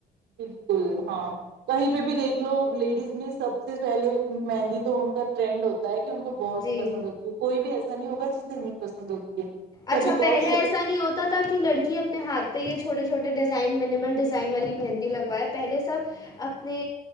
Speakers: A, on the right (about 75°); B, on the left (about 25°).
A: بالکل ہاں کہیں پہ بھی دیکھ لو لیڈیز میں سب سے پہلے مہندی تو ان کا ٹرینڈ ہوتا ہے ان کو بہت
B: جی
A: ہی پسند ہوتی ہے کوئی بھی ایسے ا نہیں ہوگا جسے ن پسند ہوتی ہے
B: اچھا
A: سبھی کو
B: پہلے
A: اور ش-
B: ایسا نہیں ہوتا تھا کہ لڑکی اپنے ہاتھ تو یہ چھوٹے چھوٹے ڈیزائن میننیمل ڈیزائن والی مہندی لگواائے پہلے سب اپنے